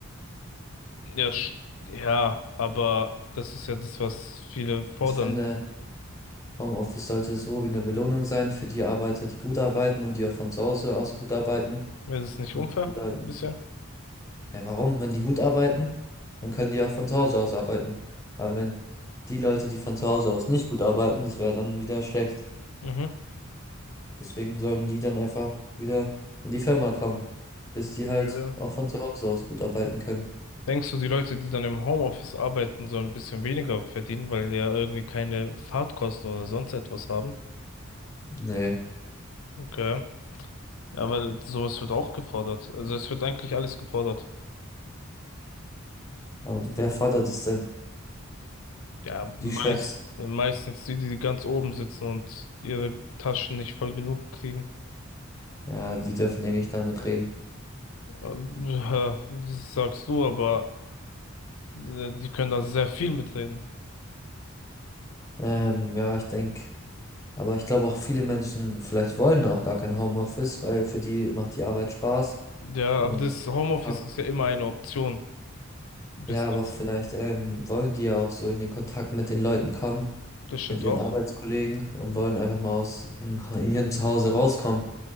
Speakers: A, on the left; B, on the left.
A: ja, sch- ja, aber das ist ja das, was viele fordern.
B: Ich finde, Homeoffice sollte so wie eine Belohnung sein für die Arbeiter, die gut arbeiten und die auch von zu Hause aus gut arbeiten.
A: Wäre das nicht
B: Und
A: unfair?
B: die sollten,
A: Ein bisschen?
B: ja, warum? Wenn die gut arbeiten, dann können die auch von zu Hause aus arbeiten. Aber wenn die Leute, die von zu Hause aus nicht gut arbeiten, das wäre dann wieder schlecht.
A: Mhm.
B: Deswegen sollen die dann einfach wieder in die Firma kommen, bis die halt
A: Äh,
B: auch von zu Hause aus gut arbeiten können.
A: Denkst du, die Leute, die dann im Homeoffice arbeiten, sollen ein bisschen weniger verdienen, weil die ja irgendwie keine Fahrtkosten oder sonst etwas haben?
B: Nee,
A: Okay. Ja, weil sowas wird auch gefordert. Also es wird eigentlich alles gefordert.
B: aber wer fordert es denn?
A: Ja, meist,
B: Die Chefs.
A: meistens die, die ganz oben sitzen und ihre Taschen nicht voll genug kriegen.
B: Ja, die dürfen eh nicht damit reden.
A: Ähm, Das sagst du, aber äh, die können da sehr viel mitreden.
B: Ähm, ja, ich denke, aber ich glaube auch viele Menschen vielleicht wollen auch gar kein Homeoffice, weil für die macht die Arbeit Spaß
A: Ja,
B: und
A: aber das Homeoffice
B: die
A: ist ja immer eine Option bis
B: Ja, aber
A: jetzt.
B: vielleicht ähm, wollen die ja auch so in den Kontakt mit den Leuten kommen,
A: Das stimmt
B: mit ihren
A: auch.
B: Arbeitskollegen und wollen einfach mal aus <laughs> ähm, ihrem Zuhause rauskommen.